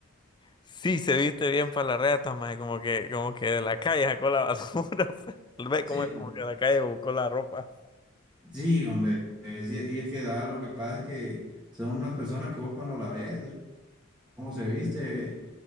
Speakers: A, on the left; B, in the centre.
A: Sí se viste bien para la riata, man, como que, como que de la calle sacó la basura. <laughs> Ve
B: Sí,
A: como, como
B: yo-
A: que de la calle buscó la ropa.
B: sí, hombre. es- y es que da, lo que pasa es que son unas personas que vos cuando la ves, cómo se viste,